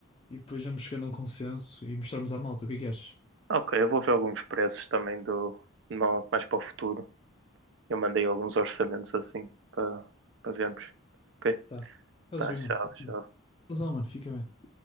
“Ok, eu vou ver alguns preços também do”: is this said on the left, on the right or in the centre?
Right